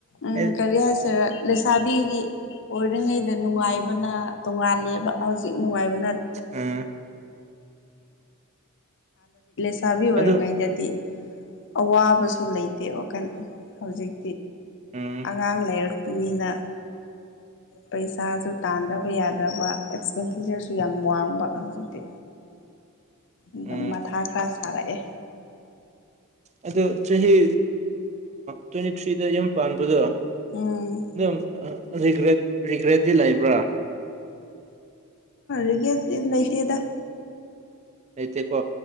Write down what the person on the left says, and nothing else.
ꯎ
ꯀꯔꯤ ꯍꯥꯏꯁꯤꯔ ꯂꯩꯁꯥꯕꯤꯒꯤ ꯑꯣꯏꯔꯤꯉꯩꯗ ꯅꯨꯡꯉꯥꯏꯕꯅ ꯇꯣꯉꯥꯂꯦꯕ ꯍꯧꯖꯤꯛ ꯅꯨꯡꯉꯥꯏꯕ
<inaudible> ꯆꯥꯕꯤ ꯑꯣꯏꯔꯤꯉꯩꯗꯗꯤ
ꯑꯋꯥꯕꯁꯨ ꯂꯩꯇꯦ ꯋꯥꯈꯜ ꯍꯧꯖꯤꯛ
ꯑꯉꯥꯡ ꯂꯩꯔꯛꯄꯅꯤꯅ ꯄꯩꯁꯥꯁꯨ ꯇꯥꯟꯗꯕ ꯌꯥꯗꯕ ꯑꯦꯛꯁꯄꯦꯟꯗꯤꯆꯔꯁꯨ ꯌꯥꯝ ꯋꯥꯡꯕ ꯍꯧꯖꯤꯛꯇꯤ
ꯑꯗꯨꯝ
ꯃꯊꯥ ꯈꯔ ꯁꯥꯔꯛꯑꯦ
ꯎꯝ
ꯎꯒꯦ ꯏ ꯂꯩꯁꯤꯦꯗ